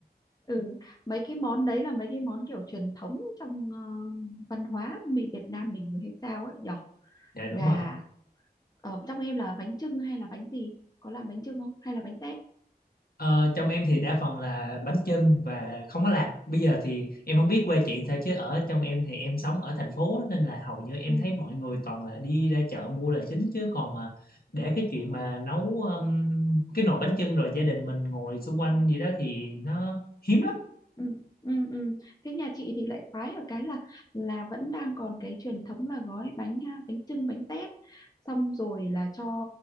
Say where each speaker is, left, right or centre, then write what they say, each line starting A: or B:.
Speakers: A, on the left; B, on the left.
A: ừ. mấy cái món đấy là mấy cái món kiểu truyền thống trong ờ, văn hóa mình Việt Nam mình hay sao ấy nhỉ
B: dạ đúng
A: gà
B: rồi
A: ở trong em là bánh chưng hay là bánh gì có làm bánh chưng không hay là bánh tét
B: Ờ, trong em thì đa phần là bánh chưng và không có làm bây giờ thì em không biết quê chị sao chứ ở trong em thì em sống ở thành phố á, nên là hầu như em
A: ừ
B: thấy mọi người toàn là đi ra chợ mua là chính chứ còn mà để cái chuyện mà nấu um, cái nồi bánh chưng rồi gia đình mình ngồi xung quanh gì đó thì nó hiếm lắm
A: ừ ừ ừ thế nhà chị thì lại khoái ở cái là là vẫn đang còn cái truyền thống là gói bánh à, bánh chưng bánh tét xong rồi là cho